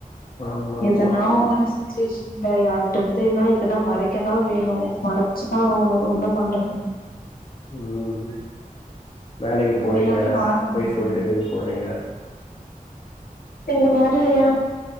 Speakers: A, on the left; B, on the left.
A: ஆமா,
B: எதுனா
A: ஆமா.
B: ஒரு சுச்சுவேஷன் இத யார்ட்டந்துன்னா எதுனா மறைக்கதா வேணு மறைச்சிதா ஆவணு என்ன பண்றது
A: ம் வேலைக்கு
B: உண்மையாவே
A: போறீங்க
B: வாழ முடியலையே
A: பொய் சொல்ட்டு லீவு போட்றீங்க
B: நீ வேற ஏ